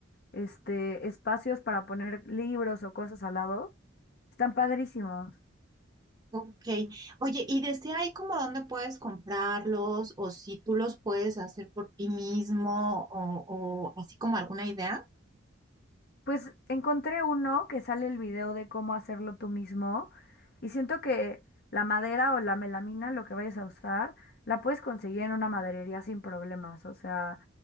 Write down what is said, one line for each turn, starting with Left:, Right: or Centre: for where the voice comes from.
Left: este espacios para poner libros o cosas al lado. Están padrísimos.
Right: Ok. Oye, ¿y desde ahí como dónde puedes comprarlos o si tú los puedes hacer por ti mismo o, o así como alguna idea?
Left: Pues encontré uno que sale el video de cómo hacerlo tú mismo y siento que la madera o la melamina, lo que vayas a usar, la puedes conseguir en una maderería sin problemas, o sea,